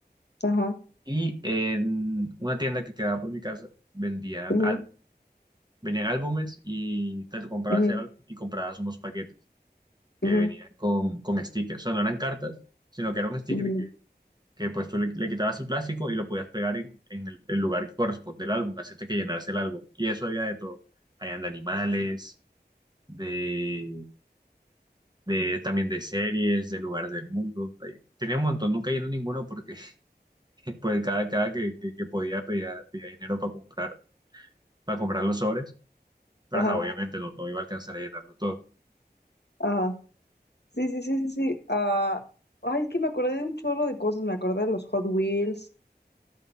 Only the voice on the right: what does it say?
Y en una tienda que quedaba por mi casa vendían,
al- venían álbumes y te lo comprabas
el álbum y comprabas unos paquetes que
venían con, con stickers. O sea, no eran cartas, sino que era un sticker
que pues tú le, le quitabas el plástico y lo podías pegar en, en el, el lugar que corresponde al álbum, hacerte que llenarse el álbum. Y eso había de todo. Habían de animales, de, de también de series, de lugares del mundo. Ahí Tenía un montón, nunca llené ninguno porque <laughs> pues cada, cada que, que, que podía pedía, pedía dinero para comprar, para comprar los sobres, pero
ajá, obviamente no, no iba a alcanzar a llenarlo todo.